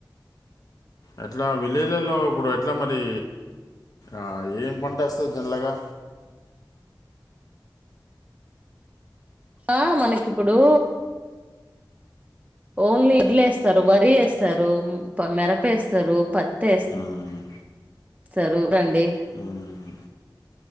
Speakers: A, on the left; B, on the right.
A: ఎట్లా విలేజ్లలో ఇప్పుడు ఎట్లా మరి ఆ ఏం పంట వస్తంద్ మెల్లగా
B: ఆ మనకిప్పుడు ఓన్లీ ఇడ్లు ఏస్తారు వరి ఏస్తారు మిరప ఏ స్తారు పత్తి ఎస్
A: మ్మ్.
B: సరూ డి
A: మ్మ్.